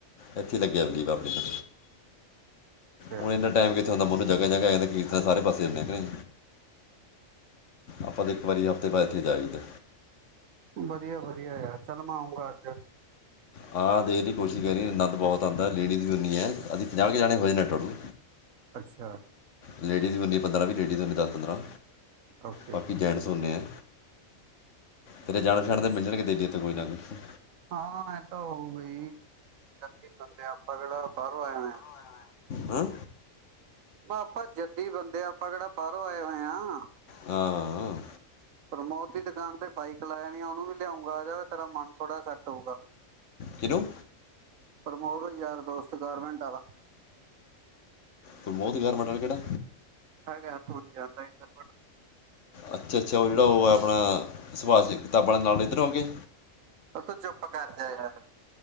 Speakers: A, on the left (about 65°); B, on the right (about 75°).
A: ਇੱਥੇ ਲੱਗਿਆ ਦੀਪ ਆਪਣੀ ਦਾ
B: ਅੱਛਾ
A: ਹੁਣ ਇੰਨਾ ਟਾਈਮ ਕਿ ਹੁੰਦਾ ਮੈਨੂੰ ਜਗ੍ਹਾ-ਜਗ੍ਹਾ ਐਸੇ ਕੀਰਤਨ ਸਾਰੇ ਪਾਸੇ ਹੂੰਦੇ ਨੇ। ਆਪਾਂ ਤੇ ਇੱਕ ਵਾਰੀ ਹਫ਼ਤੇ ਬਾਅਦ ਇੱਥੇ ਜਾਈਦਾ।
B: ਵਧੀਆ-ਵਧੀਆ ਯਾਰ ਚੱਲ ਮੈਂ ਆਊਂਗਾ ਅੱਜ
A: ਹਾਂ ਦੇਖ ਦੀ ਕੋਸ਼ਿਸ਼ ਕਰੀਏ ਆਨੰਦ ਬਹੁਤ ਆਉਂਦਾ ਲੇਡੀਜ਼ ਵੀ ਓਨੀ ਹੈ ਅਸੀਂ ਪੰਜਾਹ ਕੇ ਜਾਣੇ ਹੋ ਜਾਨੇ ਟੋਟਲ।
B: ਅੱਛਾ।
A: ਲੇਡੀਜ਼ ਹੁੰਦੀ ਪੰਦਰਾਂ ਵੀ ਲੇਡੀਜ਼ ਹੋਦੀ ਦਸ ਪੰਦਰਾਂ
B: ਓਕੇ
A: ਬਾਕੀ ਜੈਂਟਸ ਹੁੰਦੇ ਹੈ। ਤੇਰੇ ਜਾਣ ਪਛਾਣ
B: ਅੱਛਾ
A: ਦੇ ਮਿਲ ਜਾਣਗੇ ਦੇਖੀ ਕੋਈ ਨਾ ਕੋਈ।
B: ਹਾਂ ਇਹ ਤਾਂ ਹੋਊ ਗਾਈ। ਜਦੀ ਬੰਦੇ ਆਪਾਂ ਕਿਹੜਾ ਬਾਹਰੋਂ ਆਏ ਆ।
A: ਹੈਂ।
B: ਆਪਾਂ ਜੱਦੀ ਬੰਦੇ ਆਪਾਂ ਕਿਹੜਾ ਬਾਹਰੋਂ ਆਏ ਹੋਏ ਹਾਂ।
A: ਹਾਂ ਅ
B: ਪ੍ਰਮੋਦ ਦੀ ਦੁਕਾਨ ਤੇ ਬਾਈਕ ਲਾਇ ਆਣੀ ਉਹਨੂੰ ਵੀ ਲਿਆਉਂਗਾ ਜਾ ਤੇਰਾ ਮਨ ਥੋੜ੍ਹਾ ਸੈੱਟ ਹੋਊਗਾ।
A: ਕਿਨੂੰ
B: ਪ੍ਰਮੋਦ ਯਾਰ ਦੋਸਤ ਗਾਰਮਿੰਟ ਆਲਾ
A: ਪ੍ਰਮੋਦ ਗਾਰਮੰਡ ਵਾਲਾ ਕਿਹੜਾ
B: ਹੈਗਾ ਤੂ ਨਹੀਂ ਜਾਨਦਾ ਹੈਗਾ।
A: ਅੱਛਾ-ਅੱਛਾ ਉਹ ਜਿਹੜਾ ਉਹ ਹੈ ਆਪਣਾ ਸੁਭਾਸ਼ ਕਿਤਾਬਾਂ ਦੇ ਨਾਲ ਇੱਧਰ ਹੋ ਕੇ
B: ਉਹ ਤ ਚੁਪ ਕਰ ਜਾ ਯਾਰ